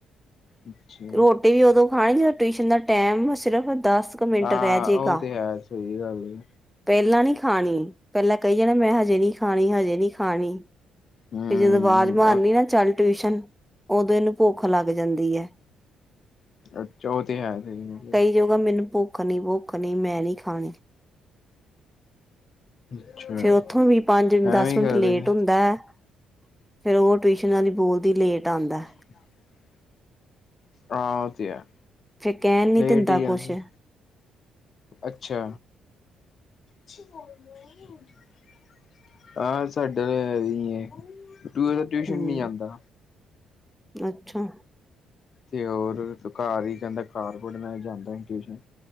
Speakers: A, on the left; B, in the centre.
A: ਅੱਛਾ
B: ਰੋਟੀ ਵੀ ਉਦੋਂ ਖਾਣੀ ਜਦੋਂ ਟਿਊਸ਼ਨ ਦਾ ਟੈਮ ਸਿਰਫ ਦਸ ਕੁ ਮਿੰਟ
A: ਹਾਂ
B: ਰਹਿ ਜੇਗਾ।
A: ਉਹ ਤੇ ਹੈ ਸਹੀ ਗੱਲ ਏ।
B: ਪਹਿਲਾਂ ਨੀ ਖਾਣੀ, ਪਹਿਲਾਂ ਕਹੀ ਜਾਣਾ ਮੈਂ ਹਜੇ ਨੀ ਖਾਣੀ ਹਜੇ ਨੀ ਖਾਣੀ।
A: ਹੂੰ
B: ਫੇਰ ਜਦੋਂ ਆਵਾਜ਼ ਮਾਰਨੀ ਨਾ ਚੱਲ ਟਿਊਸ਼ਨ, ਉਦੋਂ ਇਹਨੂੰ ਭੁੱਖ ਲੱਗ ਜਾਂਦੀ ਐ।
A: ਅੱਛਾ ਉ‌ਹ ਤੇ ਹੈ ਸਹੀ ਗੱਲ ਏ।
B: ਇਹ ਕਹੂੰਗਾ ਮੈਨੂੰ ਭੁੱਖ ਨੀ ਭੁੱਖ ਨੀ ਮੈਂ ਨੀ ਖਾਣੀ।
A: ਅੱਛਾ
B: ਫੇਰ ਉੱਥੋਂ ਵੀ ਪੰਜ-ਦਸ
A: ਐਵੇਂ
B: ਮਿੰਟ
A: ਕਰਦੇ
B: ਲੇਟ
A: ਨੇ
B: ਹੁੰਦਾ ਐ- ਫਿਰ ਉਹ ਟਿਊਸ਼ਨ ਵਾਲੀ ਬੋਲਦੀ ਲੇਟ ਆਂਦਾ।
A: <inaudible> ਹਾਂ ਉਹ ਤੇ ਐ,
B: ਫੇਰ ਕਹਿਣ ਨੀ
A: ਲੇਟ
B: ਦਿੰਦਾ
A: ਈ ਆਂਦੇ।
B: ਕੁਛ
A: ਅੱਛਾ <unintelligible> ਆਹ ਸਾਡਾ ਤਾਂ <unintelligible> ਤੂੰ ਟਿਊਸ਼ਨ
B: ਹੂੰ।
A: ਨਹੀਂ ਜਾਂਦਾ।
B: ਅੱਛਾ।
A: ਤੇ ਹੋਰ ਉਹ ਤਾਂ ਘਰ ਈ ਕਹਿੰਦਾ ਘਰ ਪੜ੍ਹਨਾ ਜਾਂਦਾ ਈ ਨੀ ਟਿਊਸ਼ਨ।